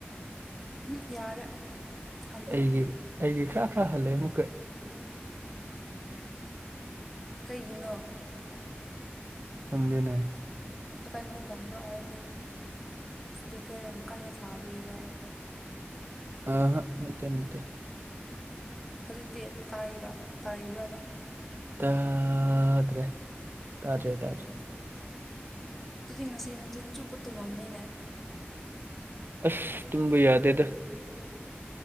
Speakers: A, in the centre; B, on the right.
A: ꯎꯝ ꯌꯥꯔꯦ ꯍꯟꯗ꯭ꯔꯦ
B: ꯑꯩꯒꯤ ꯑꯩꯒꯤ ꯈꯔ ꯈꯔ ꯍꯜꯂꯦ ꯑꯃꯨꯛꯀ
A: ꯀꯩꯒꯤꯅꯣ
B: ꯈꯪꯗꯦꯅꯦ
A: ꯀꯩꯅꯣ ꯇꯟꯕ꯭ꯔꯣ ꯍꯥꯢꯗꯤ ꯏꯁꯄꯤꯀꯔ ꯌꯥꯝ ꯀꯟꯅ ꯊꯥꯕꯤꯔꯣ
B: ꯑꯍꯥ ꯅꯠꯇꯦ ꯅꯠꯇꯦ
A: ꯍꯧꯖꯤꯛꯇꯤ ꯇꯥꯔꯤꯔꯣ ꯇꯥꯔꯤꯕ꯭ꯔꯕ
B: ꯇꯥꯗ꯭ꯔꯦ ꯇꯥꯗ꯭ꯔꯦ
A: ꯑꯣ
B: ꯇꯥꯗ꯭ꯔꯦ
A: ꯑꯗꯨꯗꯤ ꯉꯁꯤ ꯅꯨꯡꯊꯤꯟ ꯆꯨꯞꯄ ꯇꯨꯝꯃꯝꯅꯤꯅꯦ
B: ꯑꯁ ꯇꯨꯝꯕ ꯌꯥꯗꯦꯗ